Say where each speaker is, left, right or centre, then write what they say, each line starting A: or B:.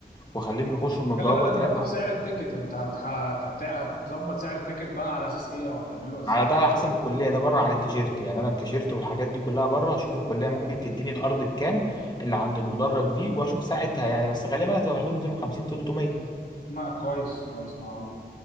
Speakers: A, on the left; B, on the left.
A: وأخليهم يخشوا من
B: خلي
A: بوابة
B: بالك
A: ثلاثة
B: برضو في سعر التيكت انت هتح... هت- هتظبط سعر التيكت بقى على اساس ايه او هتعمله ازاي
A: على ده على حسب الكلية ده بره عن التيشيرت يعني أنا التيشيرت والحاجات دي كلها بره هشوف الكلية ممكن تديني الأرض بكام اللي عند المدرج دي وأشوف ساعتها يعني بس غالبا هتبقى حدود 250 300
B: ما كويس كويس معقول